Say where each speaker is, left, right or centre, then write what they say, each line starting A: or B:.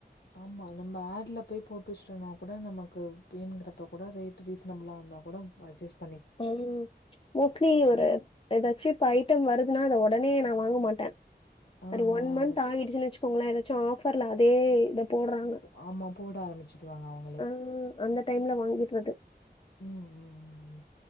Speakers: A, on the left; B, on the left.
A: ஆமா நம்ப ஆட்ல போய் போட்டு வச்டோனா கூட நமக்கு வேணுங்குறப்ப கூட ரேட் ரீசனபிளா இருந்தா கூட அட்ஜஸ்
B: அது மோஸ்ட்லி ஒரு
A: தோழி
B: எதாச்சு இப்ப ஐட்டம் வரு துனா அத ஒடனே நா வாங்க மாட்டே
A: ஆ
B: ஒரு ஒன்
A: ஆ
B: மந்த் ஆகிடுச்சுன் வச்சு ங்கள ஏதாச்சும் ஆபர்ல அதே போடுறாங்க.
A: ஆமா போட ஆரம்பிச்சுருவாங்க அவுங்களே
B: ஆ அந்த டைம்ல வாங்கிடுறது.
A: ம் ம்